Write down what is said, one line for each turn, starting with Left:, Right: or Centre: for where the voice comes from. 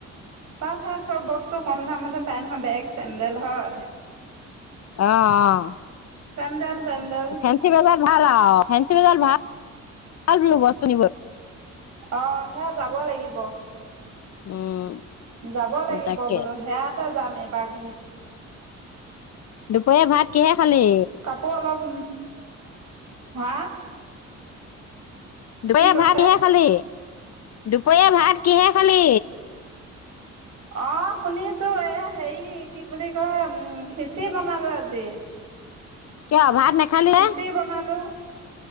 Right: তাত চব বস্তু কম দামতে পাই নহয় বেগ চেন্ডেল হক
Left: আহ
Right: চেণ্ডেল তেণ্ডেল
Left: অ ফেঞ্চি বজাৰ ভাল ফেঞ্চি বজাৰ ভাল ভাল বোলো বস্তু কিনিব
Right: আহ সেয়া যাব লাগিব
Left: উম
Right: যাব লাগিব
Left: তাকে
Right: বোলো সেয়াতে যাম এই বাৰ
Left: দুপৰীয়া ভাত কিহে খালি
Right: কাপোৰ অলপ হা',
Left: <unintelligible>
Right: কি কৈছে
Left: দুপৰীয়া ভাত কিহে খালি?
Right: অ', শুনিছো এই', হেৰি কি বুলি কয়, উম', খিচিৰি বনালো আজি।
Left: কিয় ভাত, নেখালি
Right: খিচিৰি
Left: যে
Right: বনালোঁ‌।